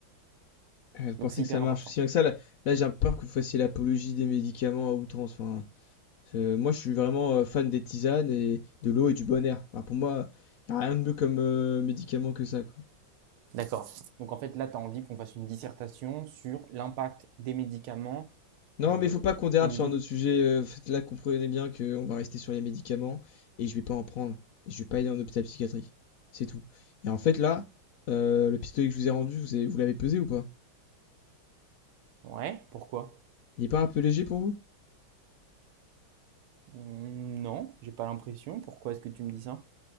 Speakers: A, on the left; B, on the right.
A: Euh, Vous pensez
B: Donc c'est
A: que
B: hyper
A: ça marche
B: important.
A: aussi bien que ça Là, là, j'ai peur que vous fassiez l'apologie des médicaments à outrance. Enfin, Euh, moi, je suis vraiment euh, fan des tisanes et de l'eau et du bon air. Alors, pour moi, il n'y a rien de mieux comme euh, médicament que ça, quoi.
B: D'accord. Donc en fait là tu as envie qu'on fasse une dissertation sur l'impact des médicaments
A: Non,
B: euh,
A: mais il faut pas qu'on dérape
B: au niveau
A: sur un
B: de...
A: autre sujet. euh, faites- là, comprenez bien qu'on va rester sur les médicaments et je vais pas en prendre. Et je vais pas aller en hôpital psychiatrique. C'est tout. Et en fait, là, euh, le pistolet que je vous ai rendu, vous avez- vous l'avez pesé ou pas?
B: Ouais, pourquoi
A: Il est pas un peu léger pour vous?
B: Mmh, Non, j'ai pas l'impression. Pourquoi est-ce que tu me dis ça?